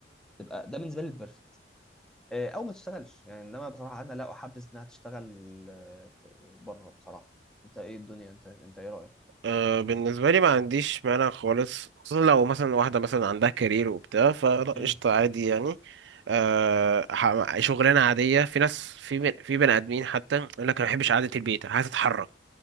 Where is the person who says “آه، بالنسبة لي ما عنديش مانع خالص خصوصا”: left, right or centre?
Right